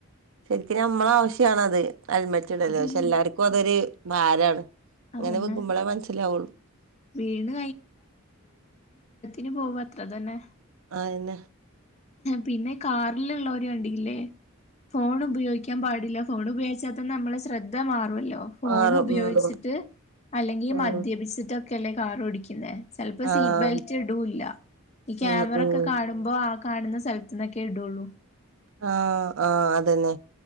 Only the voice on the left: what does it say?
അതന്നെ
അതന്നെ
വീണ് ന് പോവും അത്ര തന്നെ
പിന്നെ കാറിലുള്ളോരേ കണ്ടില്ലേ ലെ ഫോൺ ഉപയോഗിക്കാൻ പാടില്ല ഫോൺ ഉപയോഗിച്ചാൽ തന്നെ നമ്മളെ ശ്രദ്ധ മാ റോലൊ ഫോൺ
ഉപയോഗിച്ചിട്ട്
അല്ലെങ്കിൽ
മദ്യപിച്ചിട്ട് ഓ കെല്ലേ കാറ് ഓടിക്കുന്നേ ചേലപ്പോ
സീറ്റ് ബെൽറ്റ് ഇടൂല്ല ഈ ക്യാമറ
ഒക്കെ കാണുമ്പോ ആ കാണുന്ന സ്ഥലത്ത്ന്നൊക്കെ ഇടുള്ളൂ